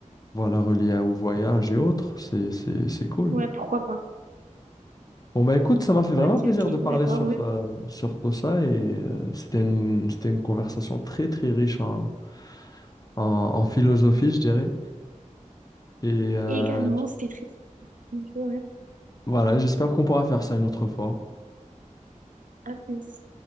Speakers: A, on the left; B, on the right.
A: voilà, relié à- au voyage et autres, c'est, c'est, c'est cool.
B: ouais, pourquoi pas.
A: Bon, bah écoute, ça m'a fait vraiment
B: Ok,
A: plaisir
B: ok,
A: de parler
B: d'accord,
A: sur,
B: oui.
A: euh, sur tout ça et euh, c'était une, c'était une conversation très, très riche en, en, en philosophie, je dirais. Et euh,
B: également, c'était très... Ouais.
A: voilà, j'espère qu'on pourra faire ça une autre fois.
B: À plus.